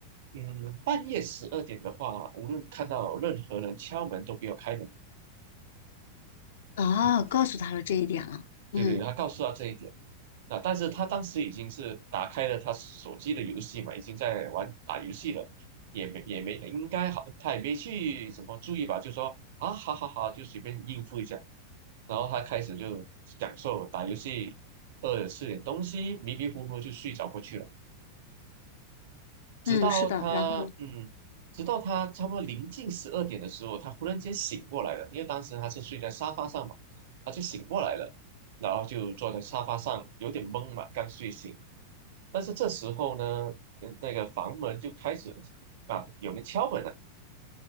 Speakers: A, on the right; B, on the left.
A: 嗯，半夜十二点的话，无论看到任何人敲门都不要开门，
B: 哦，
A: 嗯，
B: 告诉他了这一点了，
A: 对对，
B: 嗯
A: 他告诉他这一点。那、但是他当时已经是打开了他手机的游戏嘛，已经在玩打游戏了，也没也没应该好，他也没去怎么注意吧，就说啊好好好，就随便应付一下。然后他开始就享受打游戏，饿了吃点东西，迷迷糊糊就睡着过去了。直到他嗯，
B: 嗯，是的。然后呢
A: 直到他差不多临近十二点的时候，他忽然间醒过来了，因为当时他是睡在沙发上嘛，他就醒过来了，然后就坐在沙发上，有点懵嘛，刚睡醒。但是这时候呢，呃那个房门就开始啊，有人敲门了，